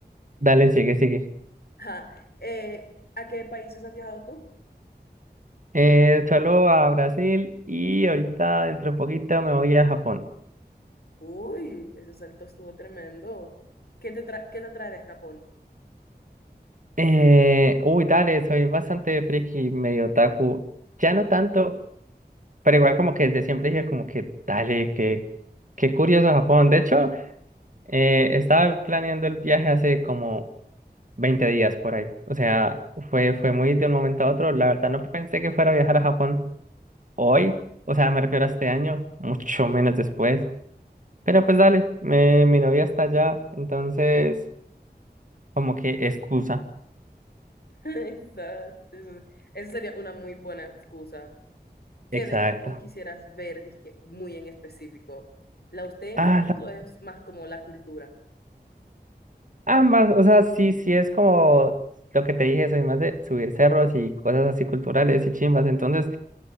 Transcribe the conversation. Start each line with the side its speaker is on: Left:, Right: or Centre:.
Right: dale, sigue, sigue.
Left: ajá. Eh, ¿a qué países has viajado tú?
Right: Eh, solo a Brasil y ahorita dentro de poquito me voy a Japón.
Left: Uy, ese salto estuvo tremendo. ¿Qué te tra- qué te atrae de Japón?
Right: Eh, uy, dale, soy bastante friki, medio otaku. Ya no tanto, pero igual como que desde siempre dije como que dale, que qué curioso Japón. De hecho, eh, estaba planeando el viaje hace como 20 días por ahí. O sea, fue, fue muy de un momento a otro. La verdad no pensé que fuera a viajar a Japón hoy. O sea, me refiero a este año, mucho menos después. Pero pues dale, me- mi novia está allá, entonces como que excusa.
Left: <laughs> Esa- esa- Esa sería una muy buena excusa. ¿Qué
Right: Exacto.
Left: de Japón quisieras ver, disque, muy en específico? ¿Los templos
Right: Ah, la-
Left: o es más como la cultura?
Right: ambas, o sea, sí, sí es como lo que te dije, soy más de subir cerros y cosas así culturales y chimbas. Entonces,